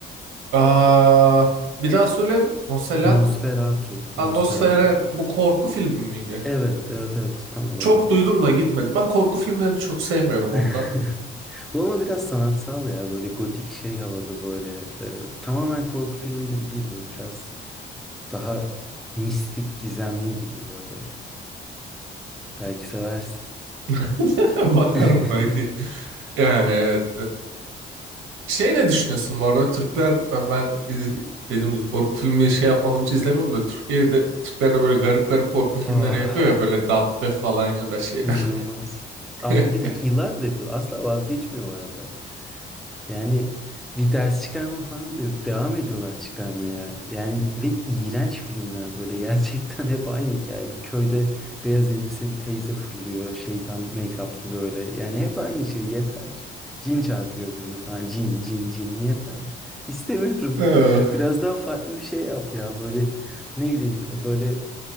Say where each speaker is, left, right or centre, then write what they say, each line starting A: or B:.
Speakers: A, on the right; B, in the centre.
A: Aa, bir daha söyle. Nosferatu?
B: Nosferatu.
A: Aa,
B: Nosferatu
A: Nosferatu.
B: film.
A: Bu korku filmi miydi?
B: Evet, evet, evet. Tam olarak
A: Çok
B: o.
A: duydum da gitmedim. Ben korku filmlerini çok sevmiyorum ondan.
B: <laughs> Bu ama biraz sanatsal ya. Böyle gotik şey havada böyle. e, tamamen korku filmi gibi değil böyle. Biraz daha mistik, gizemli gibi böyle. Belki seversin.
A: <laughs> Bakarım
B: <laughs>
A: belki. Yani evet. Şey ne düşünüyorsun bu arada? Türkler ben ben iz- dediğim gibi korku filmi şey yapmadığım için izlemiyorum da Türkiye'de Türkler de böyle garip garip korku filmleri
B: Ah.
A: yapıyor ya böyle Dabbe falan ya da şeyler.
B: İnanılmaz. Az-
A: <laughs>
B: Bir de yıllardır yapıyor. Asla vazgeçmiyorlar da. Yani bir ders çıkarma falan da yok. Devam ediyorlar çıkarmaya. Yani ve iğrenç filmler böyle. <laughs> Gerçekten hep aynı hikaye. Bir köyde beyaz elbiseli teyze fırlıyor. Şeytan make-up'lı böyle. Yani hep aynı şey. Yeter. Cin çarpıyor birini falan. Cin, cin, cin. Yeter. İstemiyorum.
A: Ee,
B: Biraz daha farklı bir şey yap ya. Böyle ne bileyim böyle